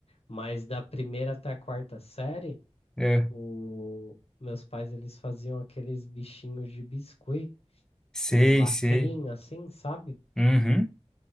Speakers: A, on the left; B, in the centre.
A: Mas da primeira até a quarta série,
B: Eu
A: o... meus pais eles faziam aqueles bichinhos de biscuit
B: sei,
A: em lacrinho,
B: sei.
A: assim, sabe?
B: Uhum.